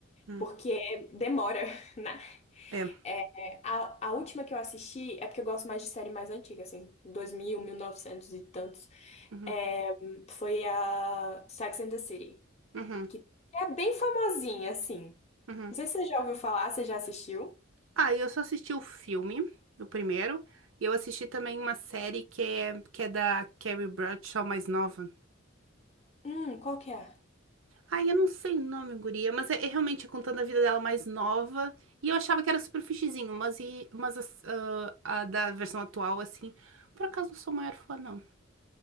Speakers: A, on the right (about 80°); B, on the left (about 35°).
A: hum,
B: Porque demora, <laughs> né?
A: é,
B: É, a, a última que eu assisti é porque eu gosto mais de série mais antiga, assim, 2000, novecentos e tantos.
A: uhum,
B: É, foi a Sex and the City,
A: uhum,
B: que é bem famosinha, assim.
A: uhum.
B: Não sei se você já ouviu falar, você já assistiu?
A: Ah, e eu só assisti o filme, o primeiro, e eu assisti também uma série que é, que é da Carrie Bradshaw mais nova.
B: Hum, qual que é?
A: Ai, eu não sei o nome, guria, mas é, é realmente é contando a vida dela mais nova. E eu achava que era super fichezinho, mas, e, mas as- ah, a da versão atual, assim, por acaso não sou maior fã, não.